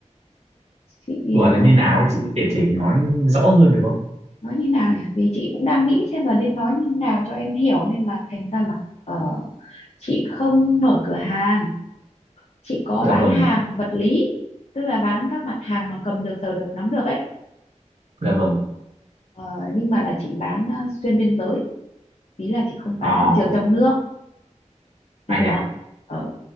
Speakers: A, on the left; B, on the right.
A: chị
B: Gọi
A: ờ,
B: là như
A: Ừ.
B: nào ấy chị có thể thể nói rõ hơn được không?
A: nói như nào nhỉ? vì chị cũng đang nghĩ xem là nên nói như thế nào cho em hiểu nên là thành ra là ờ, chị không mở cửa hàng chị có
B: Dạ
A: bán
B: vâng,
A: hàng vật lý tức là bán các mặt hàng mà cầm được sờ được nắm được ấy
B: dạ vâng.
A: Ờ, nhưng mà là chị bán ờ, xuyên biên giới ý là chị không bán
B: À,
A: thị trường trong nước em
B: ai
A: hiểu
B: dạ,
A: không ờ